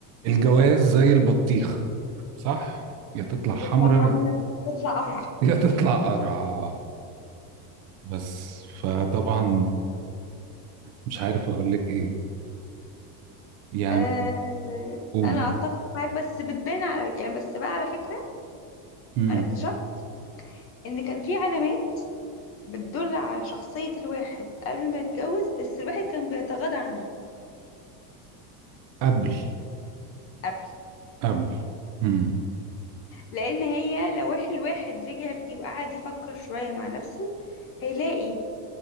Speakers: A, on the right (about 35°); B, on the left (about 25°).
A: الجواز زي البطيخة صح؟ يا تطلع
B: بتطلع
A: حمرا
B: حملة بتطلع قرع
A: يا تطلع قرعة بس فطبعا مش عارف اقول لك ايه يعني
B: آه
A: قولي
B: انا اتفق معاك بس بتبان على يعني بس بقى على فكرة
A: امم
B: انا اكتشفت ان كان في علامات بتدل على شخصية الواحد قبل ما يتجوز بس الواحد كان بيتغاضى عنها
A: قبل
B: قبل
A: قبل امم
B: لان هي لو إح- الواحد رجع بيه وقعد يفكر شوية مع نفسه هيلاقي